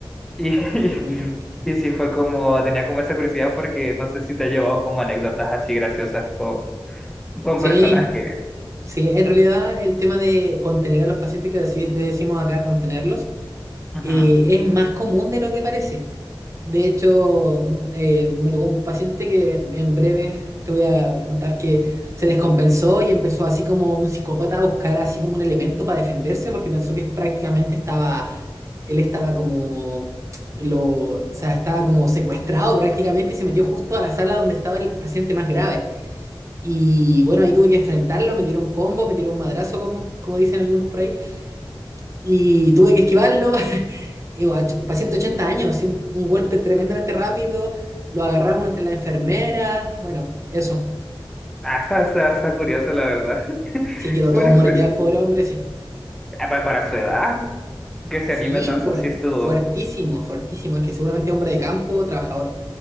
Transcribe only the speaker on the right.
ujú.
Sí.
Sí. En realidad, el tema de contener a los pacientes, que así le decimos acá, contenerlos,
eh, es más común de lo que parece. De hecho, mu- eh, me tocó un paciente que en breve te voy a contar que se descompensó y empezó así como un psicópata a buscar así como un elemento para defenderse porque pensó que prácticamente estaba él estaba como, lo, o sea, estaba como secuestrado prácticamente y se metió justo a la sala donde estaba el paciente más grave. Y bueno, ahí tuve que enfrentarlo, me tiró un combo, me tiró un madrazo, como, como dicen algunos por ahí, y tuve que esquivarlo. <laughs> y bueno, paciente de 80 años, así un, un golpe tremendamente rápido, lo agarramos entre las enfermeras, bueno, eso.
Sí, quedó
todo
moreteado el pobre hombre, sí.
Sí,
fuerte,
fuertísimo, fuertísimo. Es que seguramente es hombre de campo, trabajador.